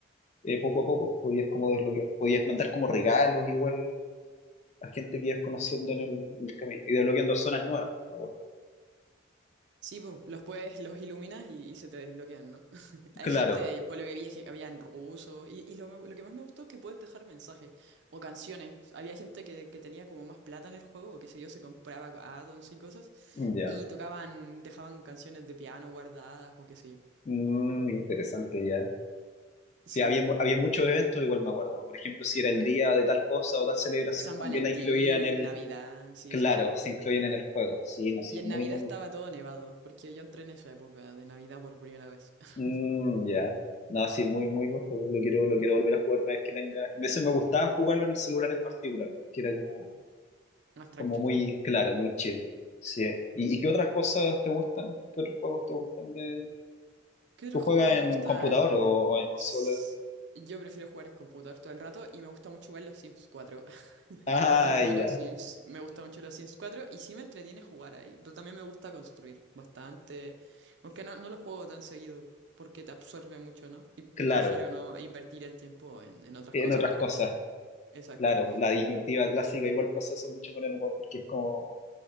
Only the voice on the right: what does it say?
Sí, pu, los puedes, los iluminas y, y se te desbloquean, ¿no? <laughs> Hay
gente, por lo que vi, es que había en ruso. Y, y lo, me- lo que más me gustó es que puedes dejar mensajes o canciones. Había gente que, que tenía como más plata en el juego, o qué sé yo, se compraba addons y cosas.
Y tocaban, dejaban canciones de piano guardadas o qué sé yo.
Sí,
pu.
San
Valentín,
Navidad, sí,
sí, sí.
Y en
Navidad
estaba
todo nevado, porque yo entré en esa época de Navidad por primera vez. <laughs>
Más tranquilo.
¿Qué otros
juegos me
gustan?
S- Yo prefiero jugar en computador todo el rato y me gusta mucho jugar los Sims cuatro. <laughs>
Me gustan todos
los Sims. Me gustan mucho los Sims cuatro y sí me entretiene jugar ahí. Pero también me gusta construir bastante. Aunque no, no lo juego tan seguido porque te absorbe mucho, ¿no? Y,
y prefiero no invertir el tiempo en, en otras
cosas,
pero
exacto.